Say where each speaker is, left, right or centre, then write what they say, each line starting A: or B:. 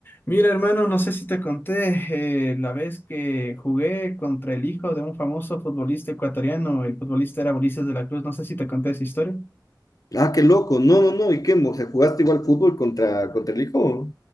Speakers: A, on the left (about 30°); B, on the left (about 50°).
A: Mira, hermano, no sé si te conté eh, la vez que jugué contra el hijo de un famoso futbolista ecuatoriano, el futbolista era Ulises de la Cruz, no sé si te conté esa historia.
B: Ah, qué loco. No, no, no. ¿Y qué? O sea, ¿jugaste igual fútbol contra, contra el hijo?